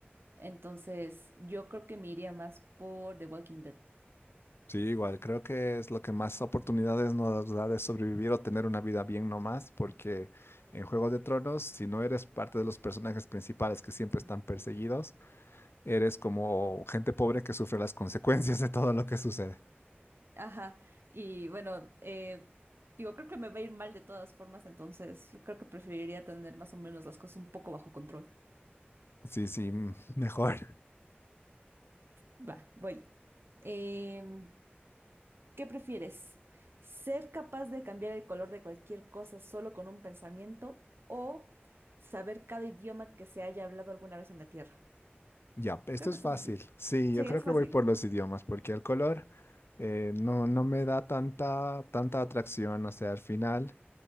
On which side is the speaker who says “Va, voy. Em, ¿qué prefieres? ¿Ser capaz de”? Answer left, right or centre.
Right